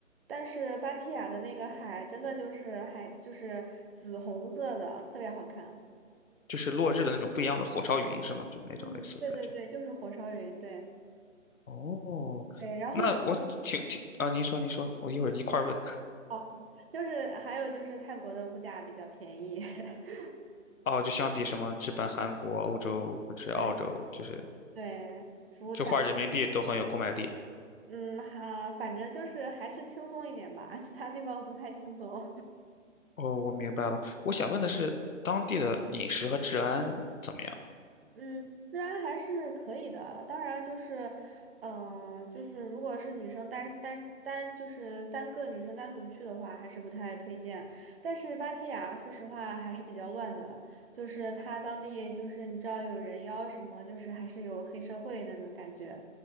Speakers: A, on the right (about 45°); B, on the left (about 85°).
A: 但是芭提雅的那个海真的就是海，就是紫红色的，特别好看。
B: 就是落日的那种不一样的火烧云，是吗？就是那种类似的感觉。
A: 嗯，对对对，就是火烧云，对
B: 哦，
A: 对，然后还有
B: 那我听听啊，您说您说，我一会儿一块儿问。
A: 哦，就是还有就是泰国的物价比较便宜，<laughs>
B: 哦，就相比什么日本、韩国、欧洲或者是澳洲，
A: 对
B: 就是
A: 对，服务态，
B: 就花人民币都很有购买力。
A: 嗯啊，反正就是还是轻松一点吧，其他地方不太轻松。
B: 哦，我明白了。我想问的是，当地的饮食和治安怎么样？
A: 嗯，虽然还是可以的啊。当然，就是，呃，就是如果是女生单单单就是单个女生单独去的话，还是不太推荐。但是芭提雅，说实话还是比较乱的，就是它当地就是你知道有人妖什么，就是还是有黑社会那种感觉。